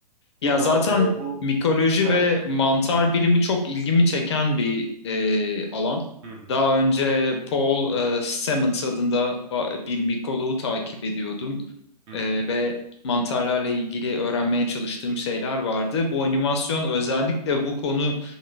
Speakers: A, on the left; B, on the right.
A: Ya
B: Ama
A: zaten
B: e, bu
A: mikoloji
B: evet.
A: ve mantar bilimi çok ilgimi çeken bir e, alan.
B: Hı hı,
A: Daha önce Paul e, Stamets adında ba- bir mikoloğu takip ediyordum
B: hı
A: E,
B: hı,
A: ve mantarlarla ilgili öğrenmeye çalıştığım şeyler vardı. Bu animasyon özellikle bu konu